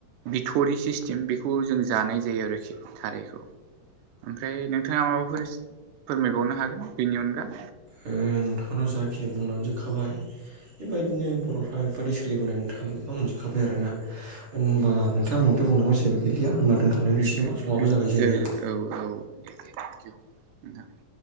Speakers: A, on the right; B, on the right.
A: बिथ'रि सिस्टेम बेखौ जों जानाय जायो आरो थारायखौ। ओमफ्राय नोंथाङा माबाफोर फोरमायबावनो हागोन बेनि अनगा?
B: नोंथांनाव जाखिनि बुंलांजोबखाबाय बेबायदिनो बर' बेफोरबायदि सोलिबोनाय नोंथाङा गोबां मोनजोबखाबाय आरोना होनबा नोंथां नोंथां बुंनांगौ जेबो गैलिया होनबा दोनथ'लायनिसै
A: उम उम
B: नामा समाबबो
A: उम
B: जाबाय
A: दे
B: जोंनिया।
A: औ <unintelligible>